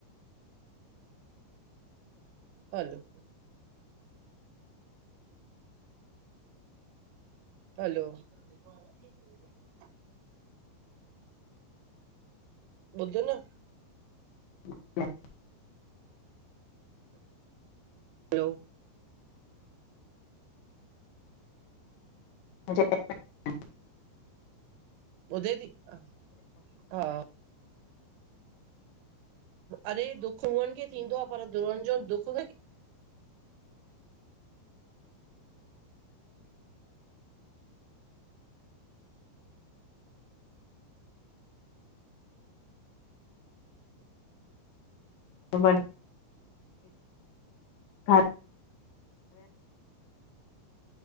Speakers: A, on the right; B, on the left.
A: हलो हलो हा <inaudible> ॿुध न
B: <inaudible>
A: हलो
B: जय <inaudible>
A: ॿुधे ती हा अरे दुख उनि खे थींदो आ पर दुरनि जो दुख
B: ह ब <unintelligible> ॾेखारे